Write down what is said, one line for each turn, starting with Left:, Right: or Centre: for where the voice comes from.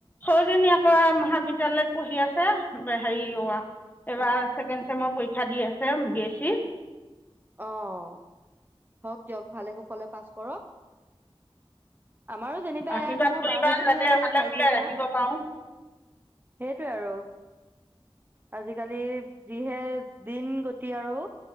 Left: সৌৰুজনী আকৌ
Right: উম
Left: মহাবিদ্যালয়ত,। পঢ়ি আছে ব'। সি অ, অঁ। ছেকেম চেম পৰীক্ষা দি আছে বি এছ চি,।
Right: অঁ হওঁক দিয়ক ভালে কুশলে পাছ কৰক আমাৰো যেনিবা
Left: আশীৰ্বাদ
Right: ইয়াত মোৰ
Left: কৰিবা
Right: বা দুজনী
Left: যাতে
Right: আছে
Left: ভালে
Right: ভাইটি
Left: বোলে
Right: এটা
Left: ৰাখিব পাৰোঁ
Right: সেইটোৱে আৰু আজিকালি যিহে দিন গো,। এতি আৰু'।